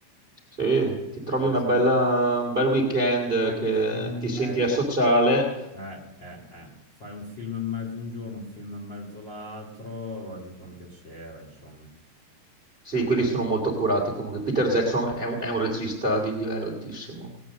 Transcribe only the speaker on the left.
Faccio
fai
un film in
mezzo
Eh, eh, eh. Fai un film e mezzo un giorno, un film e mezzo l'altro, va giù che è un piacere, insomma.
Anche-